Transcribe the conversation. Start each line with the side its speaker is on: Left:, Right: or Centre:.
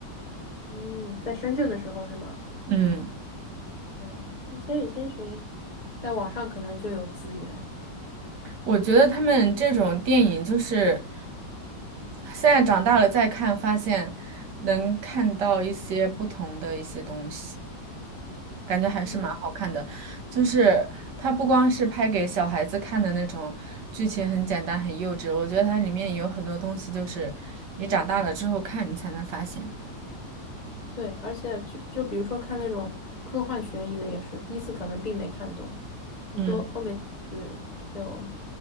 Left: 嗯，在深圳的时候是吗？
Right: 嗯，
Left: 嗯，这《千与千寻》在网上可能就有资源。
Right: 我觉得他们这种电影就是现在长大了再看，发现能看到一些不同的一些东西，感觉还是蛮好看的。
Left: 嗯。
Right: 就是它不光是拍给小孩子看的那种，剧情很简单很幼稚，我觉得它里面也有很多东西，就是你长大了之后看你才能发现。
Left: 对，而且就就比如说看那种科幻悬疑的，也是第一次可能并没看懂，很多后面几次就
Right: 嗯，